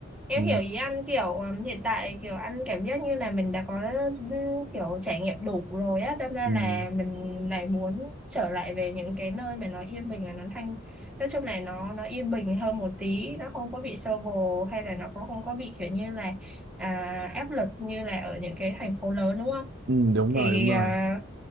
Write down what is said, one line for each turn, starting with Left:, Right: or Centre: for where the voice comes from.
Centre: Em
Right: ừ,
Centre: hiểu ý ăn kiểu um, hiện tại kiểu ăn cảm giác như là mình đã có um, kiểu trải nghiệm đủ rồi á tâm ra
Right: ừ,
Centre: là mình lại muốn trở lại về những cái nơi mà nó yên bình và nó thanh nói chung là nó nó yên bình hơn một tí nó không có bị xô bồ hay là nó cũng không có bị kiểu như là à, áp lực như là ở những cái thành phố lớn đúng không
Right: ừ, đúng
Centre: thì
Right: rồi đúng rồi
Centre: à,